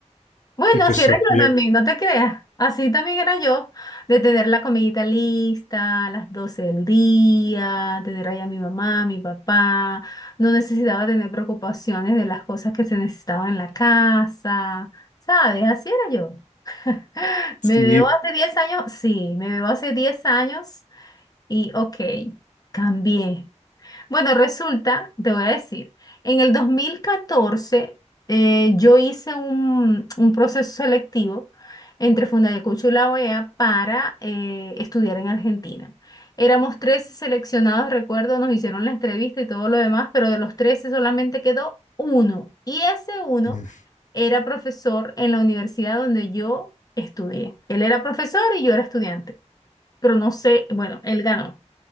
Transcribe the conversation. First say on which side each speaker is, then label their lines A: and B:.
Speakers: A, on the left; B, on the left.
A: Bueno,
B: Y pues
A: así era
B: ah,
A: yo
B: bien,
A: también, no te creas. Así también era yo, de tener la comidita lista a las 12 del día, tener ahí a mi mamá, mi papá. No necesitaba tener preocupaciones de las cosas que se necesitaban en la casa, ¿sabes? Así era <laughs>
B: sí,
A: Me veo hace 10 años, sí, me veo hace 10 años y ok, cambié. Bueno, resulta, te voy a decir, en el 2014 eh, yo hice un, un proceso selectivo entre Fundayacucho y la OEA para eh, estudiar en Argentina. Éramos 13 seleccionados, recuerdo, nos hicieron la entrevista y todo lo demás, pero de los 13 solamente quedó uno. Y ese uno
B: mm,
A: era profesor en la universidad donde yo estudié. Él era profesor y yo era estudiante, pero no sé, bueno, él ganó.